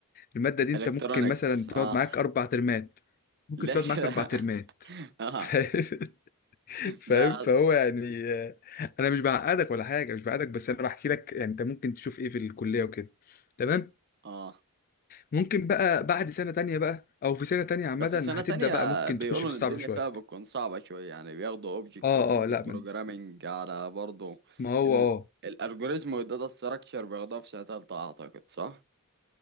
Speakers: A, on the left (about 40°); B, on the right (about 50°).
A: الماده دي انت
B: الكترونكس
A: ممكن مثلا تقعد
B: اه
A: معاك اربع ترمات ممكن
B: لا
A: تقعد معاك
B: كده
A: اربع ترمات
B: <laughs> اه
A: <laughs> فاهم فاهم؟
B: ده
A: فهو يعني آه، انا مش بعقدك ولا حاجه مش بعقدك بس انا بحكي لك يعني انت ممكن تشوف ايه في الكليه وكده تمام
B: اه
A: ممكن بقى بعد سنة تانية بقى أو في سنة تانية عامة
B: بس سنة
A: هتبدأ
B: تانية
A: بقى ممكن
B: بيقولوا
A: تخش في
B: إن
A: الصعب
B: الدنيا
A: شوية
B: فيها بتكون صعبة شوية يعني بياخدوا Object
A: اه
B: Oriented
A: اه لا من
B: Programming على برضه
A: ما هو
B: ال
A: اه
B: الألجوريزم والداتا ستراكشر بياخدوها في سنة تالتة أعتقد صح؟